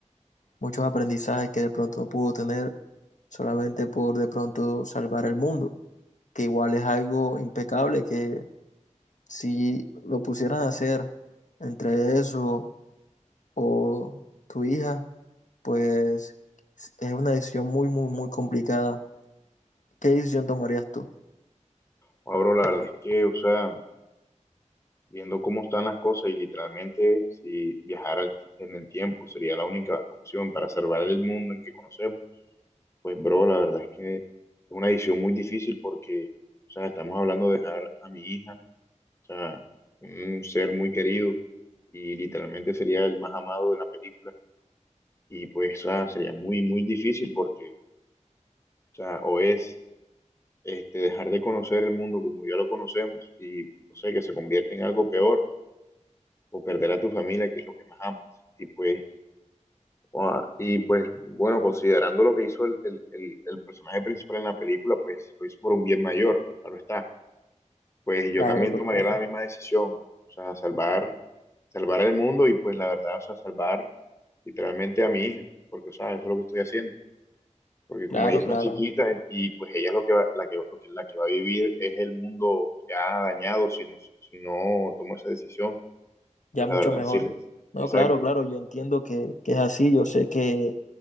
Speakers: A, on the left; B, on the left.
A: muchos aprendizajes que de pronto no pudo tener solamente por de pronto salvar el mundo, que igual es algo impecable que si lo pusieran a hacer entre eso o tu hija, pues es una decisión muy, muy, muy complicada. ¿Qué decisión tomarías tú?
B: Pablo, la verdad es que, o sea, viendo cómo están las cosas y literalmente si viajar al ti- en el tiempo sería la única opción para salvar el mundo en que conocemos, pues bro, la verdad es que es una decisión muy difícil porque, o sea, estamos hablando de dejar a mi hija, o sea, un ser muy querido y literalmente sería el más amado de la película y pues, o sea, sería muy, muy difícil porque, o sea, o es este, dejar de conocer el mundo como ya lo conocemos y, no sé, que se convierte en algo peor o perder a tu familia, que es lo que más amas. Y pues, ah, y pues bueno, considerando lo que hizo el, el, el, el personaje principal en la película, pues lo hizo por un bien mayor, claro está. Pues yo
A: Claro,
B: también tomaría
A: claro.
B: la misma decisión, o sea, salvar, salvar el mundo y pues la verdad, o sea, salvar literalmente a mi hija, porque, o sea, eso es lo que estoy haciendo. Porque como
A: Claro,
B: ella está
A: claro.
B: chiquita y pues ella es lo que va, la que, lo que- la que va a vivir es el mundo ya dañado si no, si no tomo esa decisión,
A: ya
B: pues la
A: mucho
B: verdad,
A: mejor.
B: sí, les-
A: No,
B: exacto.
A: claro, claro, yo entiendo que, que es así, yo sé que,